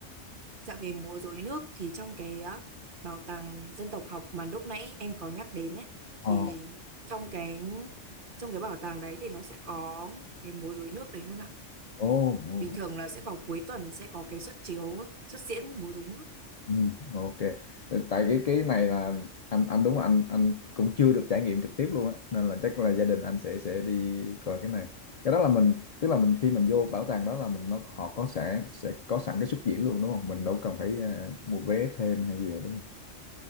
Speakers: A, on the right (about 45°); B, on the left (about 45°).
A: dạo về múa rối nước thì trong cái á, bảo tàng dân tộc học mà lúc nãy em có nhắc đến ấy
B: Ờ.
A: thì trong cái trong cái bảo tàng đấy thì nó sẽ có cái múa rối nước đấy luôn ạ.
B: Ồ, ồ,
A: Bình thường là sẽ vào cuối tuần sẽ có cái suất chiếu suất diễn múa rối nước.
B: Ừ, ok. Ờ, Tại cái cái này là anh anh đúng là anh anh cũng chưa được trải nghiệm trực tiếp luôn á nên là chắc là gia đình anh sẽ sẽ đi coi cái này. Cái đó là mình tức là mình khi mình vô bảo tàng đó là mình nó họ có sẽ sẽ có sẵn cái xuất diễn luôn đúng không? Mình đâu cần phải à, mua vé thêm hay gì nữa đúng không?